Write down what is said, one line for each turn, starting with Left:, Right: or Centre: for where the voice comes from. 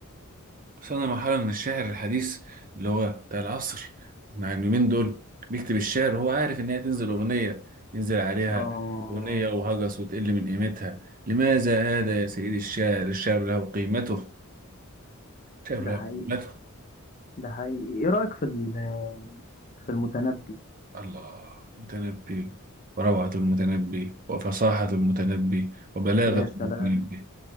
Right: وصلنا لمرحلة من الشاعر الحديث اللي هو بتاع العصر مع اليومين دول بيكتب الشعر وهو عارف إن هي تنزل أغنية ينزل عليها
Left: اه
Right: أغنية وهجس وتقل من قيمتها لماذا هذا
Left: مم.
Right: يا سيدي الشاعر الشعر له قيمته الشعر
Left: ده
Right: له
Left: حقيقي
Right: قيمته
Left: ده حقيقي ايه رأيك في ال- في المتنبي
Right: الله المتنبي وروعة المتنبي وفصاحة المتنبي وبلاغة
Left: يا سلام
Right: المتنبي